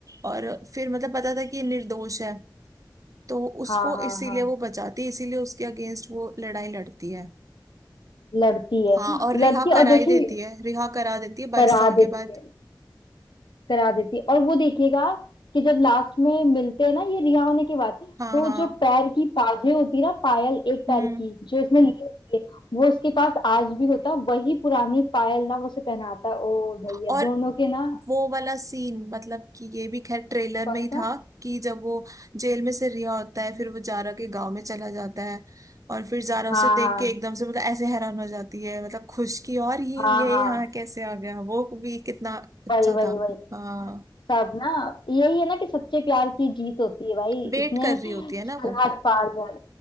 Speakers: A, on the right; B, on the left.
A: और फिर मतलब पता था कि ये निर्दोष है तो उसको
B: हाँ हाँ
A: इसीलिए
B: हाँ
A: वो बचाती है इसीलिए उसके अगेंस्ट वो लड़ाई लड़ती है
B: लड़ती है
A: हाँ और रिहा
B: लड़ती है
A: करा
B: और देखिए
A: ही देती है रिहा करा देती है बाईस
B: करा
A: साल
B: देती
A: के बाद
B: है करा देती है और वो देखिएगा कि जब लास्ट में मिलते हैं ना ये रिहा होने के बाद
A: हाँ
B: तो
A: हाँ
B: जो पैर की पाजे होती है ना पायल एक पैर
A: हम्म
B: की जो इसने ली होती है वो उसके पास आज भी होता है वही पुरानी पायल ना वो उसे पहनाता है ओ भैया
A: और
B: दोनों के ना
A: वो वाला सीन मतलब कि ये भी खैर ट्रेलर
B: कौन
A: में ही
B: सा
A: था कि जब वो जेल में से रिहा होता है फिर वो जारा के गांव में चला जाता है और फिर जारा
B: हाँ
A: उसे देख
B: हाँ
A: के एकदम से मतलब ऐसे हैरान हो जाती है मतलब खुश की और ये
B: हाँ
A: ये
B: हाँ
A: यहाँ कैसे आ गया वो भी कितना अच्छा
B: वही वही
A: था
B: वही
A: हाँ
B: सब ना यही है ना कि सच्चे प्यार की जीत होती है भाई
A: वेट
B: इसने
A: कर रही होती है ना
B: सरहद
A: वो
B: पार कर